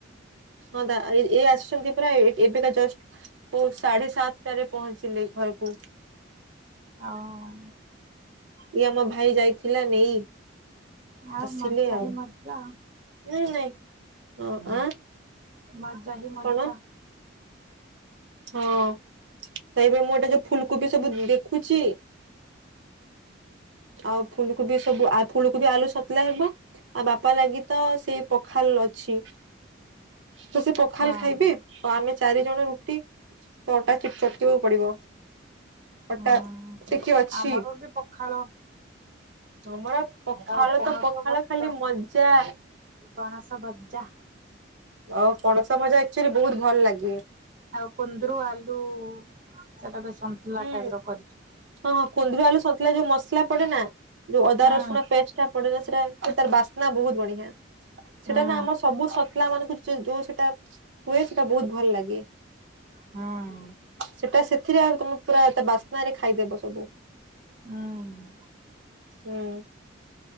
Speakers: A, on the right; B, on the right.
A: ହଁ ଦା ଏ ଇଏ ଆସୁଛନ୍ତି ପୁରା ଏବେକା ଜଷ୍ଟ। କୋଉ ସାଢେ ସାତଟାରେ ପହଞ୍ଚିଲେ ଘରକୁ।
B: ଆ ଅଁ।
A: ଇଏ ଆମ ଭାଇ ଯାଇଥିଲା ନେଇ
B: ଆଉ
A: ଆସିଲେ
B: ମଜା
A: ଆଉ।
B: ହିଁ ମଜା
A: ନା ନାଇଁ।
B: ମଜା ହି ମଜା।
A: କଣ ହଁ ତ ଏବେ ମୁଁ ଏଇଟା ଯୋଉ ଫୁଲକୋବି ସବୁ ଦେଖୁଛି। ଆଉ ଫୁଲକୋବି ସବୁ ଆ ଫୁଲକୋବି ଆଳୁ ସତଲା ହେବ। ଆଉ ବାପା ଲାଗି ତ ସେଇ ପଖାଲ୍ ଅଛି। ତ ସେ ପଖାଲ୍
B: ହଁ।
A: ଖାଇବେ ତ ଆମେ ଚାରି ଜଣ ରୁଟି। ତ ଅଟା ଚଟକିବାକୁ ପଡିବ ଅଟା
B: ହୁଁ
A: ଟିକେ ଅଛି
B: ଆମର ବି ପଖାଳ
A: ଅମରା। ପଖାଳ
B: ଆଉ ପଣସ
A: ତ ପଖାଳ
B: ଭଜା।
A: ଖାଲି ମଜା।
B: ପଣସ ଭଜ୍ଜା।
A: ଅ ପଣସ ଭଜା ଆକ୍ଚୁଆଲି ବହୁତ ଭଲ ଲାଗେ।
B: ଆଉ କୁନ୍ଦୁରୁ ଆଲୁ। ସେଟା ବି ସନ୍ତୁଳା
A: ହୁଁ
B: ଟାଇପ ର କରିଛି।
A: ହଁ ହଁ କୁନ୍ଦରି ଆଳୁ ସନ୍ତଲା ଯୋଉ ମସଲା ପଡେ ନା। ଯୋଉ ଅଦା
B: ହୁଁ
A: ରସୁଣ ପେସଟ୍ ଟା ପଡିଲେ ସେଟା ତାର ବାସ୍ନା ବହୁତ ବଢିଆ।
B: ହୁଁ
A: ସେଟା ନା ଆମ ସବୁ ସତଲା ମାନଙ୍କୁ ଯୁ ଯୋଉ ସେଟା ହୁଏ ସେଟା ବହୁତ ଭଲ ଲାଗେ।
B: ହଁ।
A: ସେଟା ସେଥିରେ ଆଉ <unintelligible> ପୁରା ତା ବାସ୍ନ ରେ ଖାଇଦେବ ସବୁ।
B: ହୁଁ
A: ହୁଁ।